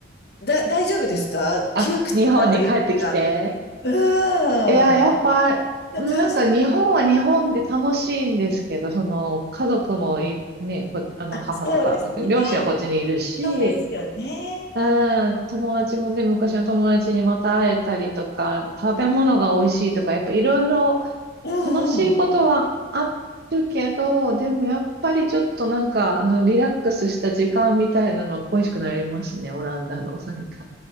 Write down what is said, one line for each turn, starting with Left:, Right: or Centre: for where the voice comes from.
Left: だ、大丈夫ですか窮屈さというか、
Right: あ、日本に帰ってきて。
Left: うーん、
Right: いや、やっぱ、
Left: そんな感じ。
Right: なんか日本は日本で楽しいんですけど、その、家族もい、ね、こ、あの、
Left: あ、
Right: 母とか、
Left: そうですね。
Right: 両親はこっちにいるし、
Left: そうですよね。
Right: うん、友達もね、昔の友達にまた会えたりとか、食べ物が美味しいとか、やっぱいろいろ
Left: うんうん。
Right: 楽しいことはあるけど、でもやっぱりちょっとなんか、あの、リラックスした時間みたいなの恋しくなりますね、オランダの。なんか、